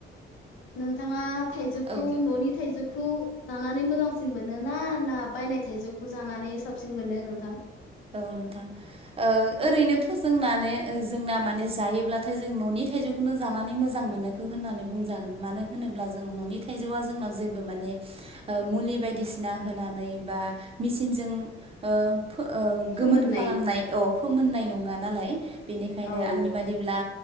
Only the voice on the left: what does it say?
नोंथाङा थाइजौखौ
न'नि थाइजौ खौ जानानै मोजांसिन मोनो ना ना बायनाय थाइजौखौ जानानै साबसिन मोनो नोंथां
फोमोननाय
औ